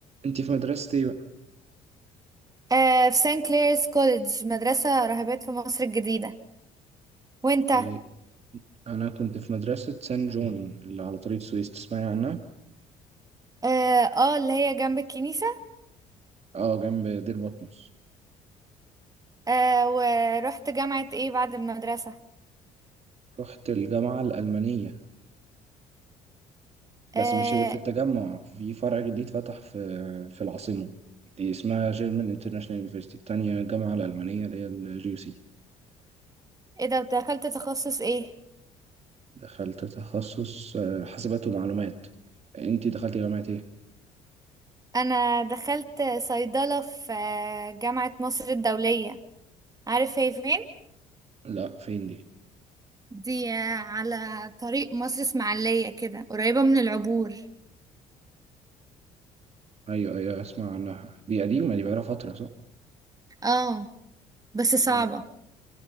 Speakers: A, on the right; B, on the right.
A: انت في مدرسة ايه بقى؟
B: آه في سان كليرز كوليدج مدرسة راهبات في مصر الجديدة وانت
A: إيه، انا كنت في مدرسة سان جون اللي على طريق سويس تسمعي عنها
B: اه آه، اللي هي جنب الكنيسة
A: اه جنب دير بطمس
B: آه ورحت جامعة ايه بعد المدرسة
A: رحت الجامعة الألمانية بس
B: آه
A: مش اللي في التجمع في فرع جديد فتح في في العاصمة دي اسمها جيرمان انترناشونال يونيفرسيتي التانية الجامعة الألمانية اللي هي الجي يو سي
B: ايه ده دخلت تخصص ايه
A: دخلت تخصص آه، حاسبات ومعلومات انت دخلتي جامعة ايه؟
B: انا دخلت صيدلة في آه، جامعة مصر الدولية عارف هي فين
A: لا فين دي؟
B: دي آه، على طريق مصر اسماعيلية كده قريبة من العبور
A: ايوه ايوه اسمع عنها دي قديمة دي بقالها فترة صح؟
B: اه بس صعبة
A: آه،